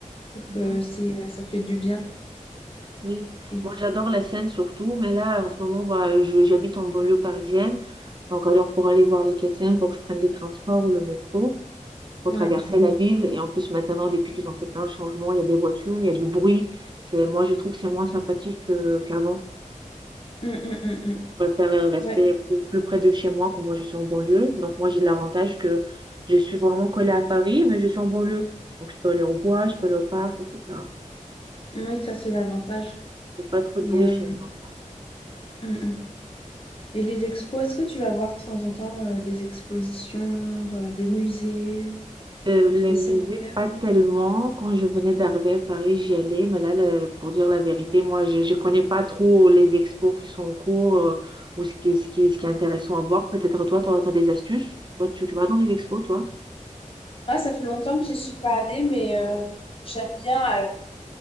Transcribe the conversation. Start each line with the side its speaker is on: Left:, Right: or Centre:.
Left: je trouve
Right: Mhm.
Left: que c'est, euh, ça fait du bien.
Right: Oui,
Left: Et
Right: moi j'adore la Seine surtout, mais là en ce moment, bah, je- j'habite en banlieue parisienne. Donc alors pour aller voir les Quais-de-Seine, il faut que je prenne les transports ou le métro pour
Left: ouais,
Right: traverser la ville. Et en plus maintenant, depuis qu'ils ont fait plein de changements, il y a des voitures, il y a du bruit. C'est, moi je trouve que c'est moins sympathique euh, qu'avant.
Left: Hum, hum, hum, hum.
Right: Je préfère euh, rester
Left: Ouais,
Right: plus, plus près de chez moi, comme moi je suis en banlieue. Donc moi j'ai l'avantage que je suis vraiment collée à Paris, mais je suis en banlieue. Donc je peux aller au bois, je peux aller au parc, etc.
Left: oui, ça c'est l'avantage.
Right: Il n'y a pas trop de
Left: Et,
Right: bruit
Left: euh,
Right: chez moi. voilà.
Left: hum, hum. Et les expos, est-ce que tu vas voir de temps en temps euh, des expositions, euh, des musées,
Right: Euh, les
Left: des
Right: musées,
Left: scènes vertes?
Right: pas tellement. Quand je venais d'arriver à Paris, j'y allais. Mais là, le- pour dire la vérité, moi, je ne connais pas trop les expos qui sont en cours euh, ou ce qui, est- ce qui, est- ce qui est intéressant à voir. Peut-être toi, tu as, des astuces. Toi, tu, tu vas dans les expos, toi?
Left: Ah, ça fait longtemps que j'y suis pas allée, mais euh, j'aime bien. Alors.